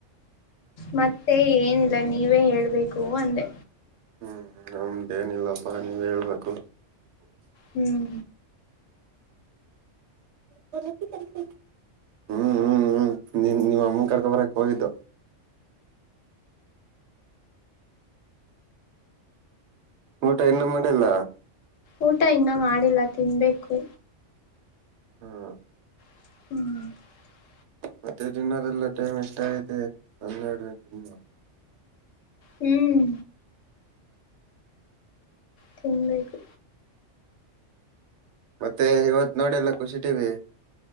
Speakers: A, on the left (about 85°); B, on the right (about 70°).
A: ಮತ್ತೆ ಏನಿಲ್ಲ ನೀವೇ ಹೇಳ್ಬೇಕು ಅಂದೆ.
B: ಹ್ಮ್ ನಮ್ದ್ ಏನಿಲ್ಲಪ್ಪಾ ನೀವೆ ಹೇಳ್ಬೇಕು.
A: ಹ್ಮ್
B: <unintelligible> ಹ್ಮ್ ಹ್ಮ್ ಹ್ಮ್ ನಿನ್ ನಿಮ್ ಅಮ್ಮನ್ ಕರ್ಕಬರಕ್ ಹೋಗಿದ್ದು ಊಟ ಇನ್ನು ಮಾಡಿಲ್ಲ
A: ಊಟ ಇನ್ನ ಮಾಡಿಲ್ಲ ತಿನ್ಬೇಕು.
B: ಹ್ಮ್
A: ಹ್ಮ್
B: ಮತ್ತೆ ತಿನ್ನೋದೆಲ್ಲ ಟೈಮ್ ಎಷ್ಟ್ ಆಗೈತೆ, ಹನ್ನೆರ್ಡ್ ಗಂಟೆ
A: ಹ್ಮ್ ತಿನ್ಬೇಕು.
B: ಮತ್ತೆ ಇವತ್ ನೋಡಿಲ್ಲ ಕುಷಿ ಟಿವಿ